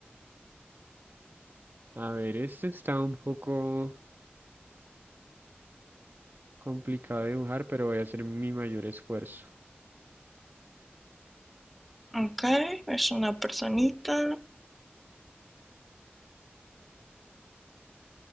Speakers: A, on the right; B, in the centre.
A: A ver, este está un poco. Complicado dibujar, pero voy a hacer mi mayor esfuerzo.
B: Ok, es una personita